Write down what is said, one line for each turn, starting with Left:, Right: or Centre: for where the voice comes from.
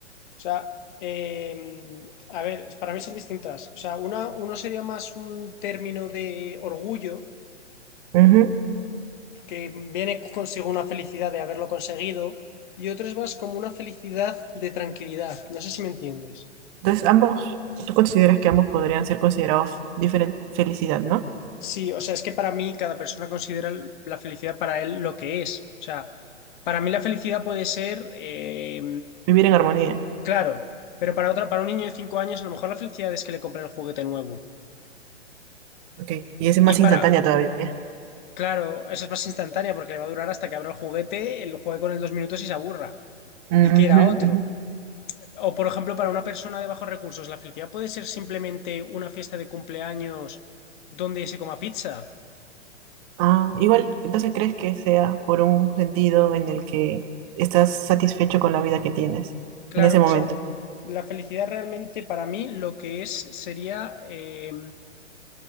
Left: O sea, eh, a ver, para mí son distintas. O sea, una, uno sería más un término de orgullo,
Right: Ujú.
Left: que viene consigo una felicidad de haberlo conseguido, y otro es más como una felicidad de tranquilidad. No sé si me entiendes.
Right: Entonces, ambos, tú consideras que ambos podrían ser considerados diferente felicidad, ¿no?
Left: Sí, o sea, es que para mí cada persona considera la felicidad para él lo que es. O sea, para mí la felicidad puede ser, eh,
Right: Vivir en armonía.
Left: claro, pero para otra, para un niño de 5 años, a lo mejor la felicidad es que le compren el juguete nuevo.
Right: Ok, y ese es
Left: Y
Right: más
Left: para,
Right: instantánea todavía.
Left: Claro, eso es más instantánea porque le va a durar hasta que abra el juguete, lo juegue con él dos minutos y se aburra
Right: Ujú,
Left: y quiera otro.
Right: ujú.
Left: O, por ejemplo, para una persona de bajos recursos, la felicidad puede ser simplemente una fiesta de cumpleaños donde se coma pizza.
Right: Ah, igual, entonces crees que sea por un sentido en el que estás satisfecho con la vida que tienes
Left: Claro,
Right: en ese momento.
Left: o sea, la felicidad realmente para mí lo que es sería, eh,